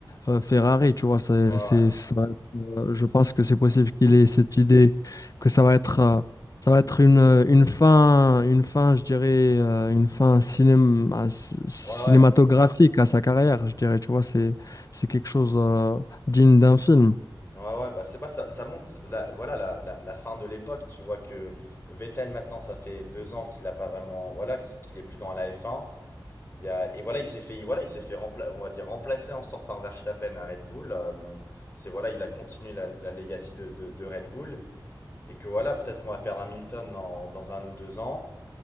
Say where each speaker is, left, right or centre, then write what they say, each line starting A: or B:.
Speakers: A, on the left; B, on the left.
A: euh, Ferrari, tu vois. C'est,
B: Ouais,
A: c'est,
B: ouais.
A: ça va être, euh, je pense que c'est possible qu'il ait cette idée que ça va être. euh, ça va être une, euh, une fin, une fin, je dirais, euh, une fin cinéma- c- cinématographique
B: Ouais, ouais.
A: à sa carrière, je dirais, tu vois, c'est, c'est quelque chose, euh, digne d'un film.
B: Ouais, ouais, bah c'est pas ça, ça monte, la- voilà la, la, la fin de l'époque, tu vois que Vettel maintenant ça fait deux ans qu'il a pas vraiment, voilà, qu'il qu'il est plus dans la f un il y a, et voilà il s'est fait, voilà il s'est fait rempla, on va dire remplacer en sort par Verstappen à Red Bull, euh, c'est voilà il a continué la, la legacy de, de, de Red Bull, et que voilà peut-être qu'on va perdre Hamilton dans, dans un ou deux ans,